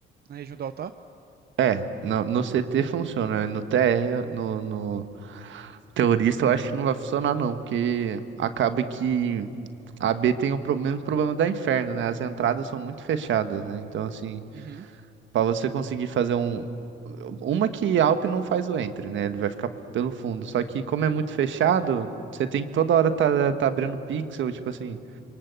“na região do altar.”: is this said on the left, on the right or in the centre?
Right